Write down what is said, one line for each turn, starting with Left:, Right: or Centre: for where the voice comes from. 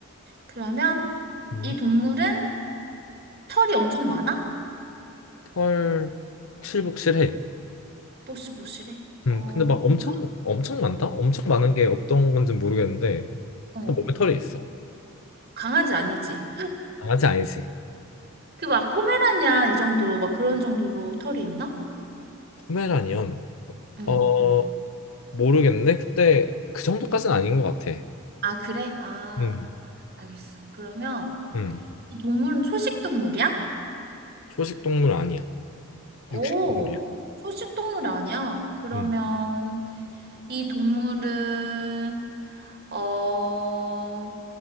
Right: 그러면
Left: 음.
Right: 이 동물은 털이 엄청 많아?
Left: 털 복실복실해.
Right: 보시보실해
Left: 음.
Right: 어,
Left: 근데 막 엄청
Right: 가-
Left: 엄청 많다? 엄청 많은 게 어떤 건지 모르겠는데
Right: 어,
Left: 몸에 털이 있어.
Right: 강아지 아니지.
Left: 강아지 아니지?
Right: 그 막 포메라니안 이 정도, 막 그런 정도로 털이 있나?
Left: 포메라니언
Right: 응.
Left: 어 모르겠네 근데 그 정도까지는 아닌 것 같아
Right: 아, 그래? 아,
Left: 음,
Right: 알겠어. 그러면
Left: 음.
Right: 이 동물은 초식 동물이야?
Left: 초식 동물 아니야
Right: 오,
Left: 육식 동물이야
Right: 초식 동물 아니야. 그러면
Left: 음.
Right: 이 동물은 어, 어,